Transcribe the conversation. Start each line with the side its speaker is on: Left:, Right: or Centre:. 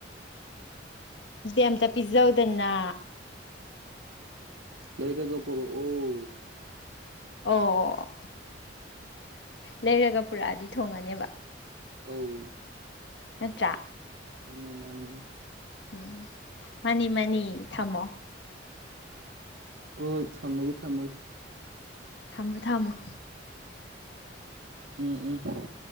Left: ꯑꯝꯇ ꯄꯤꯖꯧꯗꯅ꯫
Right: ꯂꯩꯔꯒꯥ ꯄꯣꯔꯣꯑꯣ꯫
Left: ꯑꯣ ꯂꯩꯔꯒ ꯄꯨꯔꯛꯑꯗꯤ ꯊꯣꯡꯉꯅꯦꯕ꯫
Right: ꯑꯧ
Left: ꯅꯠꯇ꯭ꯔ?
Right: ꯃꯥꯅꯤ ꯃꯥꯅꯤ꯫
Left: ꯎꯝ ꯃꯥꯅꯤ ꯃꯥꯅꯤ ꯊꯝꯃꯣ꯫
Right: ꯍꯣꯏ ꯊꯝꯃꯒꯦ ꯊꯝꯃꯒꯦ꯫
Left: ꯊꯝꯃꯣ ꯊꯝꯃꯣ
Right: ꯎꯝ ꯎꯝ꯫